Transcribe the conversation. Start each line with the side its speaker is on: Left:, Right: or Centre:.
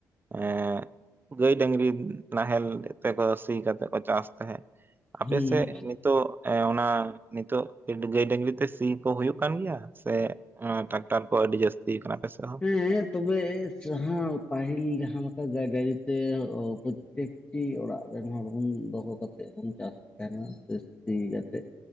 Right: ᱮᱸ ᱜᱟᱹᱭ ᱰᱟᱹᱝᱨᱤ ᱱᱟᱦᱮᱞ ᱛᱮᱠᱚ ᱥᱤ ᱠᱟᱛᱮᱫ ᱠᱚ ᱪᱟᱥ ᱛᱟᱦᱮᱸᱫ ᱟᱯᱮᱥᱮᱫ
Left: ᱦᱩᱸ
Right: ᱱᱤᱛ ᱛᱚᱜ ᱮ ᱚᱱᱟ ᱱᱤᱛᱚᱜ ᱜᱟᱹᱭ ᱰᱟᱹᱝᱨᱤ ᱛᱮ ᱥᱤ ᱠᱚ ᱦᱳᱭ ᱠᱟᱱ ᱜᱮᱭᱟ ᱥᱮ ᱟᱸ ᱴᱨᱟᱠᱴᱟᱨ ᱠᱚ ᱟᱹᱰᱤ ᱡᱟᱹᱟᱥᱛᱤᱭ ᱠᱟᱱᱟ ᱟᱯᱮᱥᱮᱫ ᱦᱚᱸ᱾
Left: ᱦᱮᱸ ᱛᱚᱵᱮ ᱡᱟᱦᱟᱸ ᱯᱟᱹᱦᱤᱞ ᱡᱟᱦᱟᱸ ᱞᱮᱠᱟ ᱜᱟᱹᱭ ᱰᱟᱹᱝᱨᱤ ᱛᱮ ᱯᱨᱚᱛᱛᱮᱠ ᱴᱤ ᱚᱲᱟᱜ ᱨᱮᱱ ᱦᱚᱲ ᱵᱚᱱ ᱫᱚᱦᱚ ᱠᱟᱛᱮᱫ ᱵᱚᱱ ᱪᱟᱥ ᱛᱟᱦᱮᱸᱱᱟ ᱥᱤ ᱠᱟᱛᱮᱫ